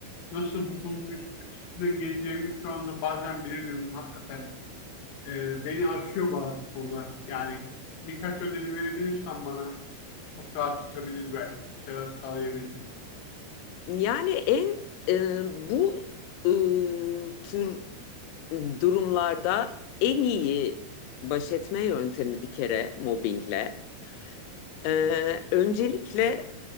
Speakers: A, on the left (about 70°); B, on the left (about 85°).
A: nasıl bu konunun üst- üstesinden geleceğimi şu anda bazen bilemiyorum hakikaten. Ee, beni aşıyor bazı konular. Yani birkaç öneri verebilirsen bana çok rahatlatabilir belki. Bir şeyler sağlayabilirim.
B: Yani en e, bu e, tür durumlarda en iyi baş etme yöntemi bir kere mobbingle. Ee, öncelikle